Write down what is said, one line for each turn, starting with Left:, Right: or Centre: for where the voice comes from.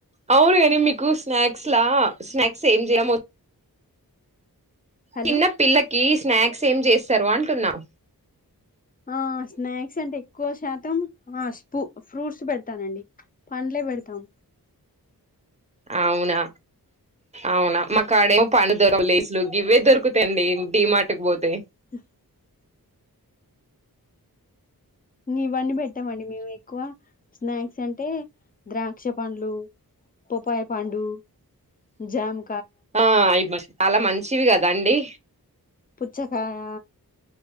Right: అవును మీకు స్నాక్స్ లా స్నాక్స్ ఏం చేయమ
Left: హలో
Right: చిన్న పిల్లకి స్నాక్స్ ఏం చేస్తారు అంటున్నావు
Left: ఆ స్నాక్స్ అంటే ఎక్కువ శాతం ఆ స్పుూ ఫ్రూట్స్ పెడతానండి పండ్లే పెడతాం
Right: అవునా అవునా మాక్కడం పని దూరం లేసులు ఇవ్వే దొరుకుతాండి డిమార్ట్‌కి పోతే
Left: <unintelligible> ఇవన్నీ పెట్టామండి మేము ఎక్కువ స్నాక్స్ అంటే ద్రాక్ష పండ్లు పొపాయ పండు జమ్
Right: ఆ ఇవి చాలా మంచివి కదాండి
Left: పుచ్చకాయ